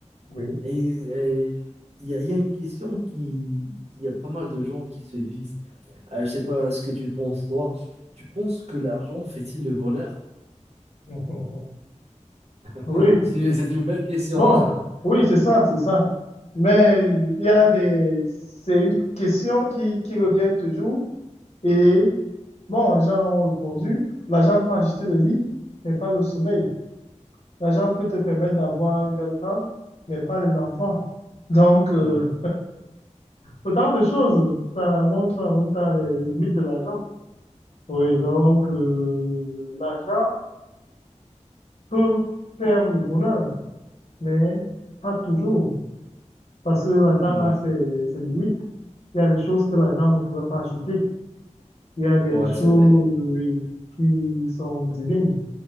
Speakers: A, on the left (about 60°); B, on the right (about 60°).
A: oui.
B: Et euh, il y a, il y a une question qui... Il y a pas mal de gens qui se disent, euh, je sais pas ce que tu penses, toi. Tu penses que l'argent fait-il le bonheur?
A: mm.
B: <laughs>
A: Oui,
B: C'est c'est une belle question,
A: bon,
B: hein? <laughs>
A: oui, c'est ça, c'est ça. Mais il y a des, c'est une question qui, qui revient toujours. Et bon, les gens ont répondu, l'argent peut acheter le lit, mais pas le sommeil. L'argent peut te permettre d'avoir une belle femme, mais pas les enfants. Donc, euh,
B: Ouais,
A: autant de choses. Ça montre en même temps les, les limites de l'argent. Oui, donc, euh, l'argent peut faire le bonheur, mais pas toujours. Parce que l'argent
B: ouais,
A: a ses, ses limites. Il y a des choses que l'argent ne pourrait pas acheter. Il y a des
B: ouais,
A: choses,
B: c'est vrai.
A: oui, qui sont divines.